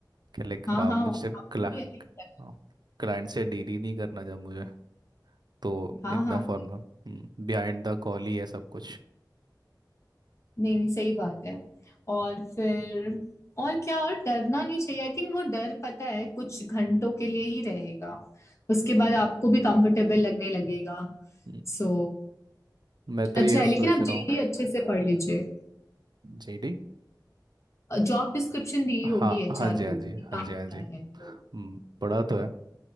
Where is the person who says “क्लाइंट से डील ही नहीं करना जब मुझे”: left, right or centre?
Right